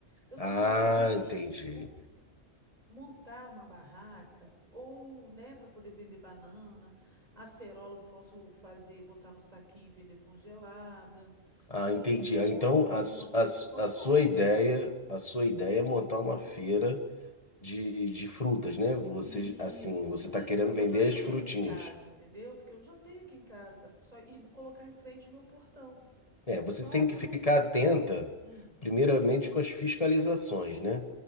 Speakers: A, on the right; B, on the left.
A: Eu estou
B: Ah,
A: pensando aqui.
B: entendi,
A: o montar uma barraca ou, né, para poder vender banana, acerola eu posso fazer, botar no saquinho e vender congelada.
B: Ah,
A: Tem
B: entendi.
A: os limões,
B: Ah, Então,
A: e os
B: a,
A: limões
B: su-
A: daqui
B: a, su-
A: são
B: a sua
A: bons,
B: ideia,
A: né?
B: a sua ideia é montar uma feira de, de frutas, né? Você,
A: Isso,
B: assim, você
A: é
B: está
A: isso
B: querendo
A: do que
B: vender
A: eu já tenho
B: as frutinhas.
A: aqui em casa, entendeu? Porque eu já tenho aqui em casa, só ir bo- colocar em frente o meu portão.
B: É,
A: Só
B: você tem
A: que
B: que
A: eu
B: ficar
A: não. s-
B: atenta,
A: Hum.
B: primeiramente, com as fiscalizações, né?